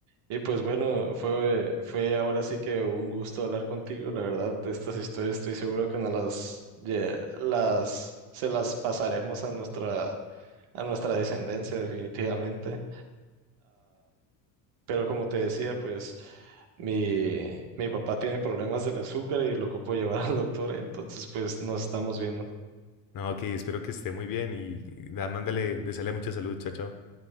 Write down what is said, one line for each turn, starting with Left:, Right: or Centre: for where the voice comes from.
Right: Y pues bueno, fue, fue ahora sí que un gusto hablar contigo. La verdad, de estas historias estoy seguro que nos las, lle- las se las pasaremos a nuestra, a nuestra descendencia, definitivamente. Pero como te decía, pues mi, mi papá tiene problemas del azúcar y lo ocupo llevar <laughs> al doctor, entonces pues nos estamos viendo.
Left: No, ok, espero que esté muy bien y da, mándale, deseale mucha salud, chao, chao.